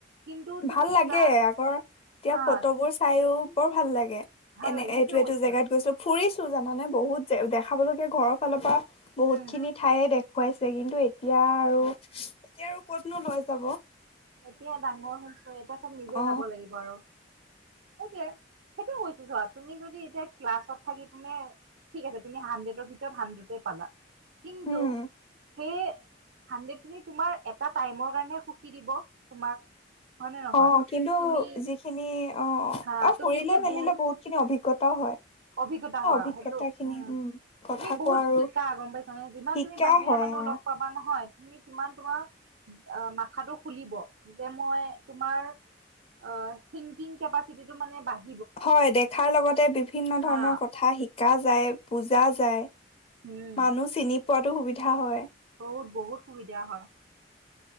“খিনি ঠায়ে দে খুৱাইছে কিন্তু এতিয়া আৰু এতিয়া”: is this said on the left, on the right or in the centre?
Left